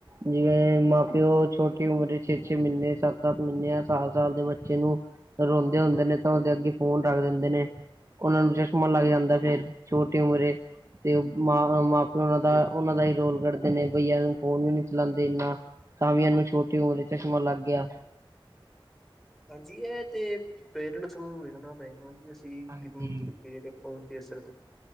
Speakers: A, on the right; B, in the centre.
A: ਜਿਵੇਂ, ਮਾਂ-ਪਿਓ ਛੋਟੀ ਉਮਰੇ ਛੇ-ਛੇ ਮਹੀਨੇ ਸੱਤ-ਸੱਤ ਮਹੀਨੇ ਯਾ ਸਾਲ-ਸਾਲ ਦੇ ਬੱਚੇ ਨੂੰ ਰੋਂਦੇ ਹੁੰਦੇ ਨੇ, ਤਾਂ ਉਹਦੇ ਅੱਗੇ ਫ਼ੋਨ ਰੱਖ ਦਿੰਦੇ ਨੇ। ਓਨਾ ਨੂੰ ਚਸ਼ਮਾ ਲੱਗ ਜਾਂਦਾ ਫੇਰ, ਛੋਟੀ ਉਮਰੇ, ਤੇ ਓ ਮਾਂ, ਮਾਂ-ਪਿਓ ਓਨਾਂ ਦਾ ਓਨਾਂ ਦਾ ਈ ਰੋਲ ਕੱਢਦੇ ਨੇ ਬਈ ਏਹ ਫੋਨ ਵੀ ਨੀ ਚਲਾਂਦੇ ਏਨਾ ਤਾਂ ਵੀ ਏਨੂੰ ਛੋਟੀ ਉਮਰ ਚ ਚਸ਼ਮਾ ਲੱਗ ਗਿਆ।
B: ਹਾਂਜੀ ਏਹ ਤੇ ਪੇਰੈਂਟਸ ਨੂੰ ਵੇਖਣਾ ਪਏਗਾ ਜੀ ਅਸੀਂ
A: ਹਾਂਜੀ
B: ਕਿੰਨੀ ਕੀ ਦੇਰ ਫੋਨ ਦੇ ਸਕਦੇ,